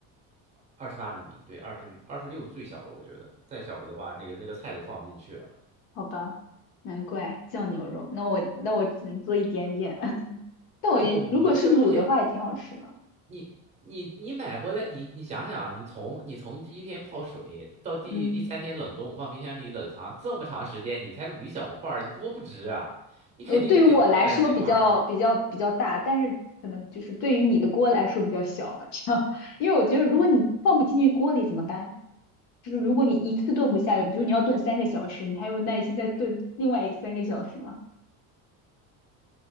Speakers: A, on the right (about 15°); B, on the left (about 65°).
A: 二十八厘米，对，二十二十六最小了，我觉得再小的话，那个那个菜都放不进去了。
B: 好吧，难怪酱牛肉。那我那我只能做一点点。<laughs> 但我也如果是卤的话，
A: 不不不不，那个东西
B: 也挺好吃的。
A: 你你你买回来，你你想想啊，你从你从第一天泡水到第第三天冷冻，
B: 嗯，
A: 放冰箱里冷藏这么长时间，你才卤一小块儿，你多不值啊！你肯定得多买几块儿啊。
B: 呃，对于我来说比较比较比较大，但是可能就是对于你的锅来说比较小啊，这样。<laughs> 因为我觉得如果你放不进去锅里怎么办？就是如果你一次炖不下来，比如你要炖三个小时，你还有耐心再炖另外一三个小时吗？